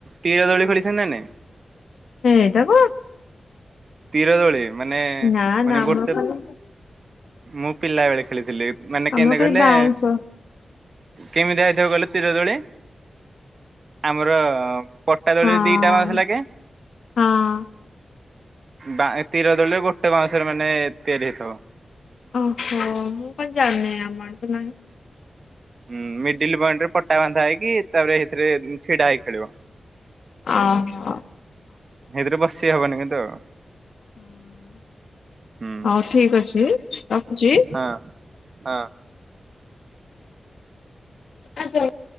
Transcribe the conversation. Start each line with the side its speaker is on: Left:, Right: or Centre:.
Right: ତୀଳ ଦୋଳି ଫୋଳି <unintelligible>
Left: ସେ ଟାକୁ
Right: ତୀର ଦୋଳି ମାନେ
Left: ନା
Right: ମାନେ
Left: ନା ଆମର
Right: ଗୋଟେ
Left: ଖାଲି
Right: ମୁଁ ପିଲା ବେଳେ ଖେଳିଥିଲି ମାନେ
Left: ଆମର
Right: କିମଦା
Left: ଖାଲି
Right: କହିଲେ
Left: ବାଉଁଶ
Right: କେମିତିଆ ହେଇଥିବ କହିଲେ ତୀରଦୋଳି? ଆମର ପଟା ଦୋଳିରେ
Left: ହଁ
Right: ଦିଟା ବାଉଁଶ ଲାଗେ।
Left: ହଁ
Right: ବା ତୀର ଦୋଳି ରେ ଗୋଟେ ବାଉଁଶରେ ମାନେ ତିଆରି ହେଇଥିବ।
Left: ଓ ହୋ ମୁଁ କାଇଁ ଜାଣିନି ଆମ ଆଡେ ତ ନାହିଁ।
Right: ହୁଁ ମିଡିଲ ପଏଣ୍ଟ ରେ ପଟା ବାନ୍ଧା ହେଇକି ତାପରେ ଏଇଥିରେ ଛିଡା ହେଇକି ଖେଳିବ।
Left: ଅ ହ
Right: ସେଇଥିରେ ବସି ହବନି କିନ୍ତୁ ଆଉ।
Left: ହୁଁ
Right: ହୁଁ
Left: ହଉ ଠିକ ଅଛି ରଖୁଚି।
Right: ହଁ ହଁ
Left: <unintelligible>